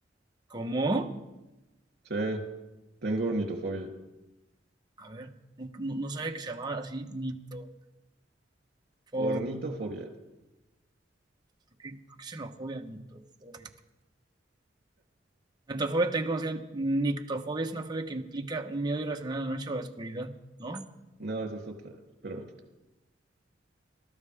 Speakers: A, on the right (about 25°); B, on the right (about 60°).
A: ¿Cómo?
B: Sí, tengo ornitofobia.
A: A ver, no, no- no sabía que se llamaba así nitofobia. ¿Por
B: Ornitofobia.
A: qué, por qué xenofobia? Nitofobia. Nitofobia también conocían. Nictofobia es una fobia que implica un miedo irracional a la noche o a la oscuridad, ¿no?
B: No, esa es otra. Espérame.